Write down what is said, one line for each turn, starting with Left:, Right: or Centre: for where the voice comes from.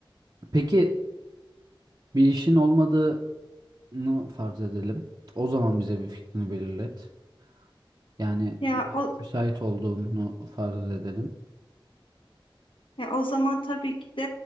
Right: Peki bir işin olmadığını farz edelim. O zaman bize bir fikrini belirlet. Yani
Left: Ya
Right: <laughs>
Left: o
Right: müsait olduğunu farz edelim.
Left: ya o zaman tabii ki de